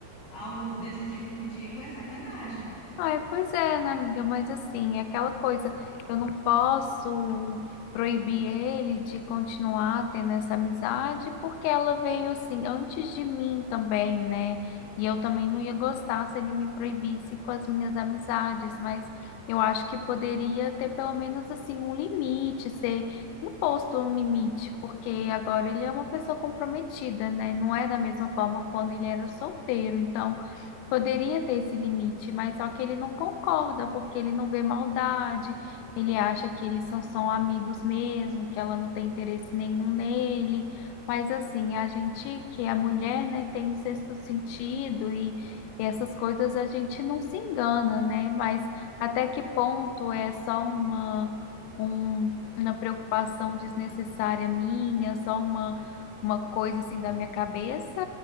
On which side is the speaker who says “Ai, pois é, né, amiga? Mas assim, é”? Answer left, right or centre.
Left